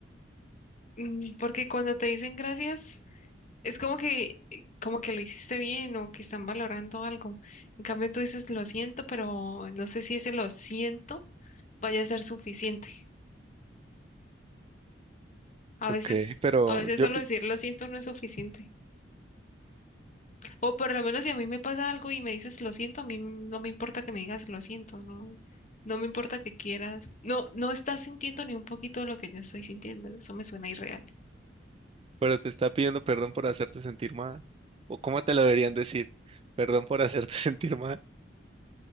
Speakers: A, on the left; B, on the right.
A: Mm, porque cuando te dicen gracias, es como que, como que lo hiciste bien o que están valorando algo. En cambio, tú dices lo siento, pero no sé si ese lo siento vaya a ser suficiente. A
B: Ok,
A: veces,
B: pero
A: a veces
B: yo,
A: solo decir lo siento no es suficiente. O por lo menos si a mí me pasa algo y me dices lo siento, a mí no me importa que me digas lo siento, no, no me importa que quieras. No, no estás sintiendo ni un poquito lo que yo estoy sintiendo. Eso me suena irreal.
B: pero te está pidiendo perdón por hacerte sentir mal. ¿O cómo te lo deberían decir? Perdón por hacerte <laughs> sentir mal.